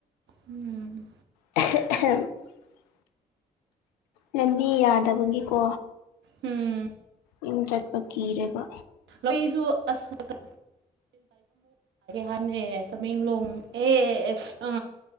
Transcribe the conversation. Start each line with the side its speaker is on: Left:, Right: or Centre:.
Right: ꯎꯝ
Left: <unintelligible> ꯂꯝꯕꯤ ꯌꯥꯗꯕꯒꯤꯀꯣ
Right: ꯎꯝ
Left: ꯌꯨꯝ ꯆꯠꯄ ꯀꯤꯔꯦꯕ
Right: ꯂꯁꯨ ꯑꯁꯨꯛꯒꯦ ꯍꯥꯟꯅꯅꯦ ꯆꯃꯦꯡꯂꯣꯡ ꯑꯦ ꯑ